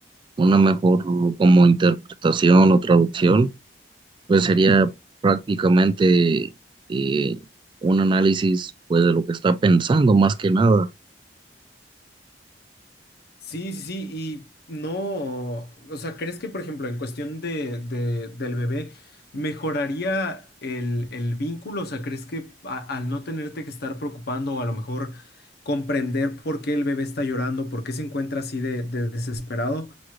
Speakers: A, on the right (about 25°); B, on the left (about 60°).
A: una mejor como interpretación o traducción Pues sería prácticamente eh, un análisis pues de lo que está pensando más que nada.
B: Sí, sí, sí, y no, o sea, ¿crees que, por ejemplo, en cuestión de, de- del bebé, mejoraría el, el vínculo? O sea, ¿crees que a- al no tenerte que estar preocupando o a lo mejor comprender por qué el bebé está llorando, por qué se encuentra así de de desesperado?